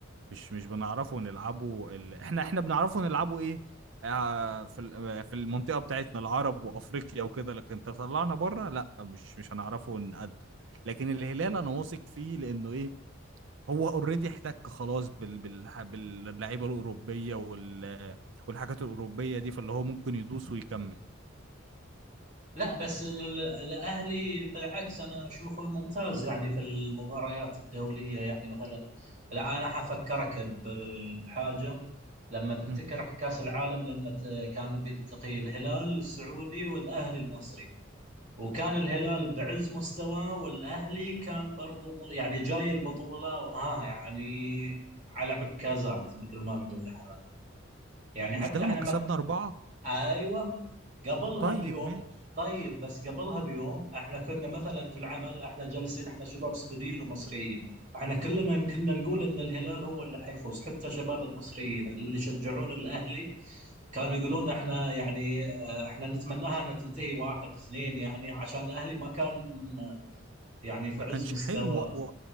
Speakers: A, on the right; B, on the right.
A: مش مش بنعرفه نلعبه ال... احنا احنا بنعرفه نلعبه ايه آه في ال- آه، في المنطقة بتاعتنا العرب وافريقيا وكده لكن تطلعنا بره لا مش مش هنعرفه نقده لكن الهلال انا واثق فيه لانه ايه هو اوريدي احتك خلاص بال... بال... باللعيبة الاوروبية وال... والحاجات الاوروبية دي فاللي هو ممكن يدوس ويكمل
B: لا بس ال- الاهلي بالعكس انا اشوفه ممتاز يعني في المباريات الدوليه يعني مثلا لا انا حفكرك ب- بحاجه لما تفتكر
A: مم.
B: في كاس العالم لما ت- كان بيلتقي الهلال السعودي والاهلي المصري وكان الهلال بعز مستواه والاهلي كان برضو م- يعني جاي البطوله ها يعني على عكازات مثل ما نقول احنا يعني
A: مش
B: حتى
A: ده لما
B: احنا
A: كسبنا أربعة
B: ايوه قبلها
A: طيب
B: بيوم
A: ماشي
B: طيب بس قبلها بيوم احنا كنا مثلا في العمل احنا جالسين احنا شباب سعوديين ومصريين احنا كلنا كنا نقول ان الهلال هو اللي حيفوز حتى شباب المصريين اللي يشجعون الاهلي كانوا يقولون
A: مم.
B: احنا يعني اه، احنا نتمناها انها تنتهي واحد اثنين يعني عشان الاهلي ما كان آه، يعني في
A: ما
B: عز
A: كانش
B: مستواه
A: حلو و... و...